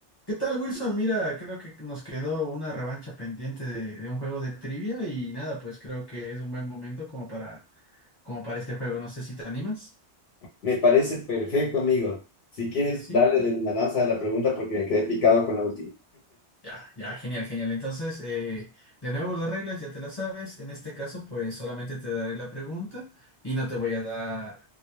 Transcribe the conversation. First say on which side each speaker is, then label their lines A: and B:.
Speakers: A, on the left; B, on the left.
A: ¿Qué tal, Wilson? Mira, creo que nos quedó una revancha pendiente de, de un juego de trivia y nada, pues creo que es un buen momento como para, como para este juego. No sé si te animas.
B: Me parece perfecto, amigo. Si quieres,
A: Sí,
B: darle de una danza a la pregunta porque me quedé picado con la última.
A: ya, ya, genial, genial. Entonces, eh, de nuevo las reglas ya te las sabes. En este caso, pues solamente te daré la pregunta y no te voy a dar,